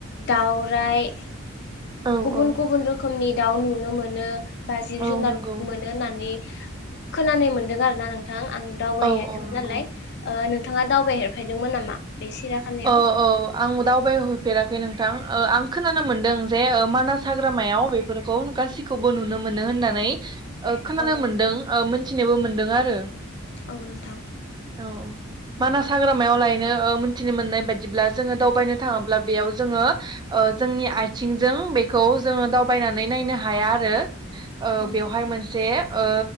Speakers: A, on the left; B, on the right.
A: दाउराय
B: औ
A: गुबुन-गुबुन
B: औ
A: रोखोमनि दाउ नुनो मोनो। बा जिब-जुनार
B: औ नंगौ
A: मोनो होननानै खोनानाय मोनदों आरो ना नोंथां। ओ आं दावबायहैयाखैमोन
B: औ औ नंगौ
A: नालाय ओ नों नोंथाङा दावबायहेफेरदोंमोन नामा? बे सिराखानायाव
B: औ औ आं दावबायहैफेराखै नोंथां। ओ आं खोनानो मोनदों जे ओ मानास हाग्रामायाव बेफोरखौ गासिखौबो नुनो मोनो होननानै ओ खोनानो
A: औ
B: मोनदों ओ मोनसे नोबो मोनदों आरो।
A: औ नोंथां।
B: औ औ। मानास
A: औ
B: हाग्रामायावलाय म <unintelligible> मिथिनो मोननाय बायदिब्ला जोङो दावबायनो थाङोब्ला बेयाव जोङो ओ जोंनि आथिंजों बेखौ जोङो दावबायनानै नायनो हाया आरो ओ
A: नोंथां
B: बेवहाय मोनसे ओ